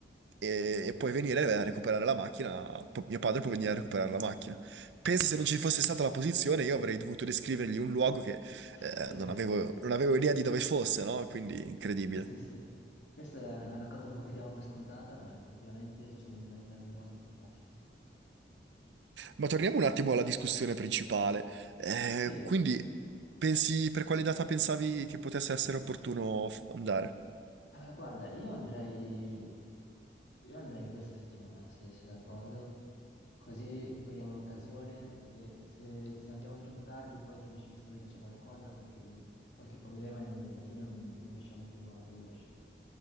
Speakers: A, on the right (about 75°); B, on the left (about 75°).
A: e, e puoi venire a recuperare la macchina. P- Mio padre può venire a recuperare la macchina. Pensa se non ci fosse stata la posizione, io avrei dovuto descrivergli un luogo che eh,
B: <laughs>
A: non avevo,
B: Sì.
A: non avevo idea di dove fosse, no? Quindi incredibile.
B: Sì, sì, questa è una cosa un po' che diamo per scontata, ma effettivamente ci rende la vita mille volte più facile.
A: Ma torniamo un attimo alla discussione principale. Eh,
B: Sì, eh,
A: quindi, pensi per quale data pensavi che potesse essere opportuno f- andare?
B: guarda, io andrei, io andrei in questa settimana, se sei d'accordo, così cogliamo l'occasione che se, se andiamo troppo tardi poi finisce che sembra che c'è qualcosa, qualche, qualche problema e noi alla fine non, non riusciamo più a vederci.